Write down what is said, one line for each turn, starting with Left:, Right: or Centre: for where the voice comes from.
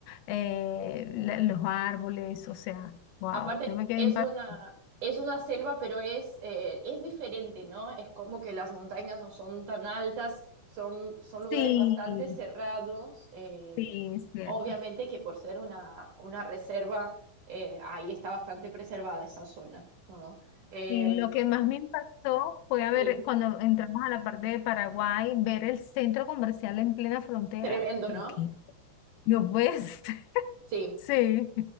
Left: eh, la- los árboles, o sea, wow,
Right: Aparte,
Left: yo me quedé
Right: es
Left: impactada.
Right: una, es una selva, pero es, eh, es diferente, ¿no? Es como que las montañas no son tan altas, son, son lugares
Left: Sí,
Right: bastante cerrados. eh,
Left: sí, es cierto.
Right: obviamente que por ser una, una reserva, eh, ahí está bastante preservada esa zona, ¿no? Eh,
Left: Sí, lo que más me impactó fue a ver,
Right: sí,
Left: cuando entramos a la parte de Paraguay, ver el centro comercial en plena frontera.
Right: tremendo,
Left: Yo,
Right: ¿no?
Left: ¿qué? No puedes. <laughs>
Right: Sí.
Left: Sí,